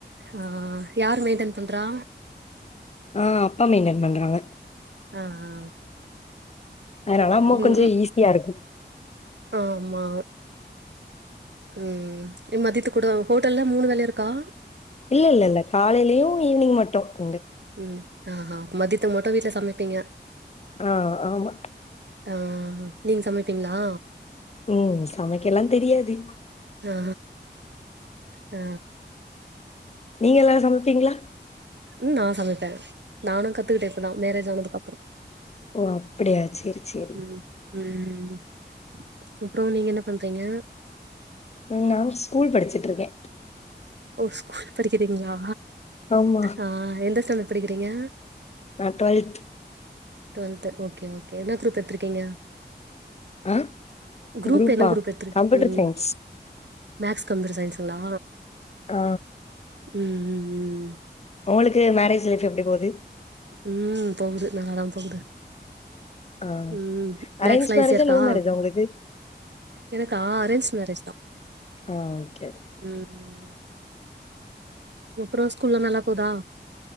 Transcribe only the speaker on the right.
ஆ யாரு மெயின்டன் பண்றா
ஆ ஆ
ம்
ஆமா ம் இ மதியத்துக்கு கூட ஹோட்டல்ல மூணு வேளயு இருக்கா
ம் ஆஹா மதியத்து மட்டு வீட்ல சமப்பீங்க
ஆ நீங் சமப்பீங்ளா
ஆ ஆ
ம் நா சமப்பே நானூ கத்துக்கிட்டே இப்பதா மேரேஜ் ஆனதுக்கப்பறோ
ம் ம் அப்றோ நீங்க என்ன பண்றீங்க
ஓ ஸ்கூல் படிக்கிறீங்ளா
ஆ எந்த ஸ்டாண்டட் படிக்கிறீங்க
டுவல்த்து ஓக்கே ஓக்கே என்ன குருப் எத்துருக்கீங்க
குரூப்
என்ன குரூப் எத்துரு
ம்
மேக்ஸ் கம்யூட்டர் சயின்ஸ்ங்ளா
ம் ம் ம் ம்
ம் போகுது நல்லாதா போகுது
ம் மேக்ஸ்லா
ஈஸியா இருக்கா
எனக்கு ஆ அரேஞ்ச் மேரேஜ் தா
ம் அப்றோ ஸ்கூல்லா நல்லா போதா